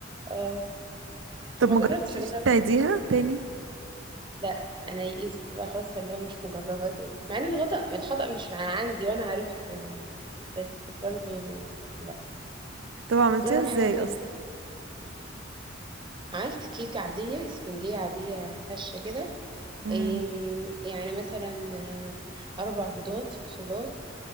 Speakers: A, on the right; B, on the right.
A: اه فما
B: طب ما
A: جربتش
B: جربتيش
A: اجرب
B: تعيديها
A: تاني
B: تاني
A: لا انا يئست بقى خلاص فاللي هو مش مجربه تاني مع ان الخطا الخطا مش عندي وانا عرفت يعني بس برضو لا
B: طب عملتيها
A: جرب
B: ازاي
A: حاجه تانية
B: اصلا
A: عملت كيكه عاديه اسفنجيه عاديه هشه كده
B: امم
A: إيه، يعني مثلا آه، اربع بيضات في الخلاط